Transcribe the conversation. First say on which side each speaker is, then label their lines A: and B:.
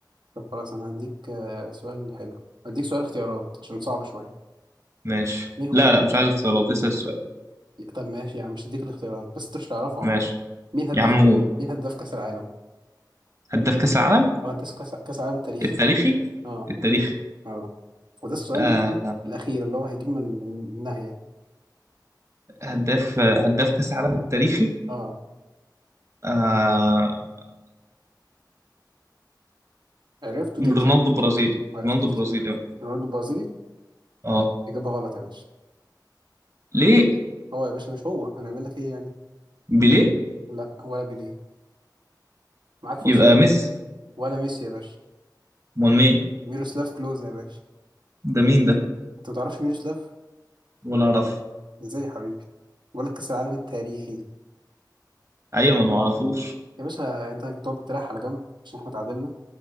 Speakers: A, on the right; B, on the right.
A: طب خلاص انا هديك آه، سؤال حلو هديك سؤال اختيارات عشان صعب شويه
B: ماشي
A: مين هو
B: لا
A: هدف
B: لا مش عايز اختيارات اسأل السؤال
A: طب ماشي يا عم مش هديك الاختيارات بس انت مش تعرفه عامه
B: ماشي
A: مين هداف
B: يا عم قول
A: مين هداف كاس العالم
B: هداف كأس العالم
A: او هداف كاس كاس العالم التاريخي
B: التاريخي
A: اه
B: التاريخي
A: اه وده السؤال
B: آه.
A: ايه الاخير اللي هو هيجيب من من النهايه
B: هداف هداف كأس العالم التاريخي
A: اه
B: آه
A: عرفته تكسب
B: رونالدو برازيلي
A: ما عرفتوش
B: رونالدو برازيلي
A: ده
B: اه
A: رونالدو البرازيلي
B: اه
A: إجابة غلط يا باشا
B: ليه
A: هو يا باشا مش هو هنعمل لك إيه يعني
B: بيليه
A: لا ولا بيليه معاك فرصة
B: يبقى ميسي
A: ولا ميسي يا باشا
B: امال مين
A: ميروسلاف كلوز يا باشا
B: ده مين ده
A: أنت ما تعرفش ميروسلاف
B: ولا اعرف
A: إزاي يا حبيبي بقول لك كأس العالم التاريخي
B: ايوه ما أنا ما اعرفوش
A: يا باشا أنت هتقعد تريح على جنب عشان إحنا تعادلنا